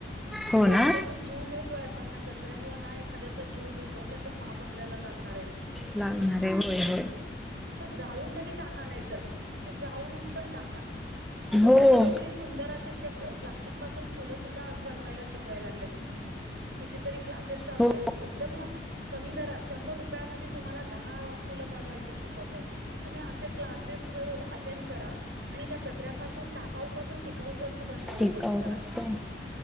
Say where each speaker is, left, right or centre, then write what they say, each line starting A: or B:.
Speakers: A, in the centre; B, on the right.
A: हो ना.
B: एखाद्या जीव घेतोय आपण ह्या कचऱ्यामुळे ना एखाद्याच जीव घेतो त्याच पाप आपल्याला लागणार आहे.
A: लागणार आहे होय होय.
B: तो जाळून तरी टाका नाही तर, ते जाळून पण टाका, नाहीतर
A: हो
B: त्याचं काहीतरी सुंदर असे त्या प्लास्टिक पासून फुल सुद्धा आज बनवायला शिकवायला लागलेत कितीतरी क्लासेस चालू
A: हो
B: आहेत. एकदम कमी दरात शंभर रुपयांमध्ये तुम्हाला दहा फुलं बनवायचे शिकवतायेत मग तुम्ही असे क्लासेस अटेंड करा आणि त्या कचऱ्यापासून टाकाऊ पाासून टिकाऊ वस्तू बनवायला
A: टिकाऊ
B: चालू करा,
A: असतो